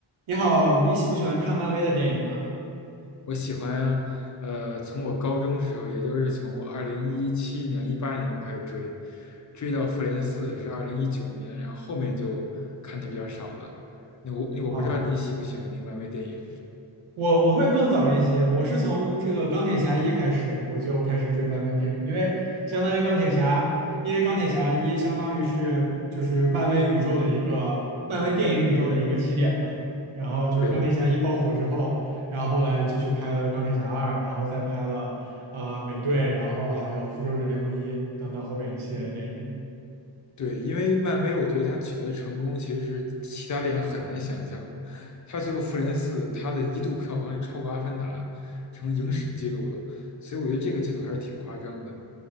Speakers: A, on the right; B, on the left.
A: 你好，你喜不喜欢看漫威的电影啊？
B: 我喜欢，呃，从我高中时候，也就是从二零一七年、一八年我开始追，追到复联四是二零一九年，然后后面就看的比较少了。那我那我不知道你喜不喜欢那个漫威电影？
A: 哦，我我会更早一些，我是从这个钢铁侠一开始，我就开始追漫威电影，因为相当于钢铁侠，因为钢铁侠一相当于是就是漫威宇宙的一个漫威电影宇宙的一个起点嘛。然后就是钢铁侠一爆火之后，
B: 对，
A: 然后后来继续拍了钢铁侠二，然后再拍了呃美队，然后还有复仇者联盟一等等后边一系列电影。
B: 对，因为漫威，我觉得它取得的成功其实是其他电影很难想象的。他最后《复联四》，它的一度票房是超过《阿凡达》，成影史记录了，所以我觉得这个记录还是挺夸张的。